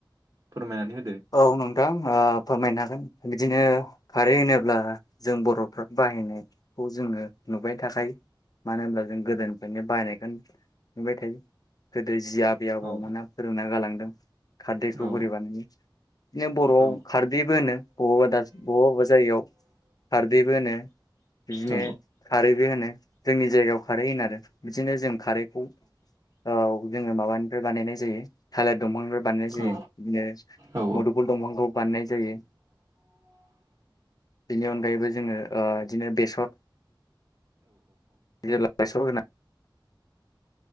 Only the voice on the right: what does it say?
फोरमायनानै हो
औ
औ
औ
औ
औ
औ